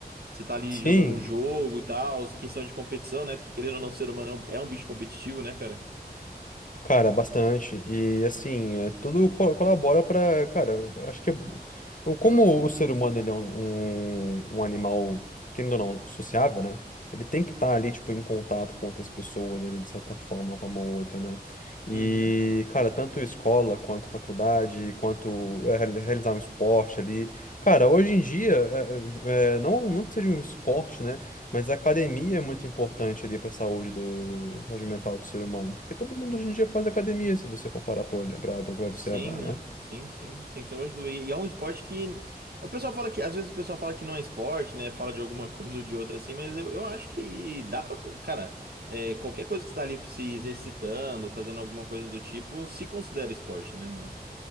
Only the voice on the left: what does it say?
Sim,
cara, bastante. E assim, é, tudo co- colabora pra. cara, eu acho que é, eu- como o ser humano ele é um, um, um animal, querendo ou não, sociável, né? Ele tem que estar ali, tipo, em contato com outras pessoas, ali, de certa forma, com uma ou outra, né? E,
cara, tanto escola quanto faculdade, quanto é, reali- realizar um esporte ali. Cara, hoje em dia, é, é, não, não que seja um esporte, né? Mas a academia é muito importante ali para a saúde do, do- saúde mental do ser humano, porque todo mundo hoje em dia faz academia, se você for parar para observar,
né?